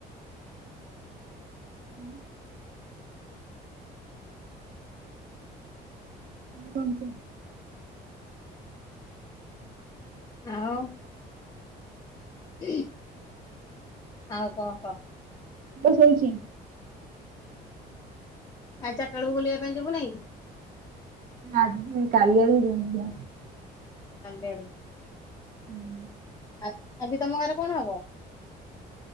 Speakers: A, on the right (about 55°); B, on the left (about 20°).
A: ହୁଁ। <inaudible> ଉଁ କହନ୍ତୁ।
B: ଆଉ। ଇ ଆଉ କଁ କହ।
A: ପୁଅ ଶୋଇଚି?
B: ଆଉ ଚାରଟା ବେଳକୁ ବୁଲିବା ପାଇଁ ଯିବୁ ନାଇଁ?
A: ଆଜ ଯିବିନି କାଲିଆଡକୁ ଯିମି ଦେଖିବା।
B: ସନ୍ଧ୍ୟା ବେଳୁ
A: ହୁଁ।
B: ଆ ଆଜି ତମ ଘରେ କଣ ହବ?